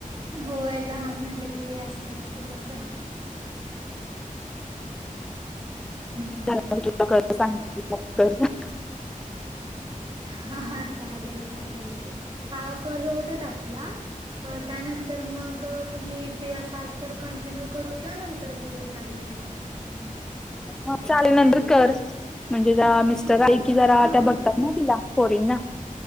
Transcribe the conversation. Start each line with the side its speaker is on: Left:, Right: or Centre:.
Right: होय लहान म्हटलं की असतेच की तसं. हम्म <unintelligible>
Centre: <inaudible>
Right: हा हा चालेल चालेल की हा कल होतात आपला त्यानंतर मग तुम्ही फ्री असाल तर कंटिन्यू करू का? नंतर करू चालेल? काय हरकत नाही.
Centre: ह चाले नंतर कर म्हणजे, ज मिस्टर आई की जरा
Right: हा
Centre: त्या बघतात ना तिला फोरन ना.